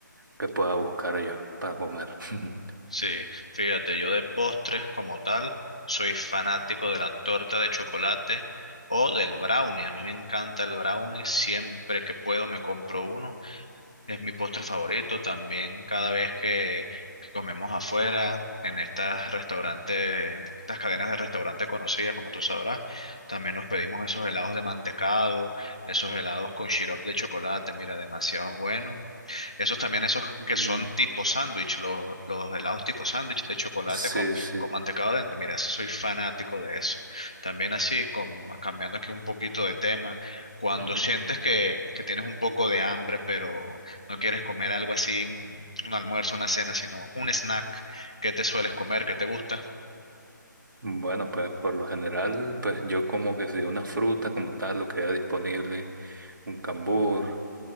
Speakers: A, on the right (about 75°); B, on the left (about 20°).
A: que pueda buscar yo para comer. <laughs>
B: Sí, fíjate, yo de postres como tal soy fanático de la torta de chocolate o del brownie. A mí me encanta el brownie, siempre que puedo me compro uno. Es mi postre favorito también cada vez que, que comemos afuera, en estas restaurantes, estas cadenas de restaurantes conocidas, como tú sabrás, también nos pedimos esos helados de mantecado, esos helados con sirope de chocolate, mira, demasiado bueno. Esos también, esos
A: Mm.
B: que son tipo sándwich, los, los helados tipo sándwich de chocolate
A: Sí,
B: con,
A: sí.
B: con mantecado adentro. Mira, eso soy fanático de eso. También así, con, cambiando aquí un poquito de tema, cuando
A: Ujú.
B: sientes que, que tienes un poco de hambre, pero no quieres comer algo así, un, un almuerzo, una cena, sino un snack, ¿qué te sueles comer? ¿Qué te gusta?
A: Bueno, pues por lo general, pues yo como que si una fruta como tal, lo que haya disponible, un cambur.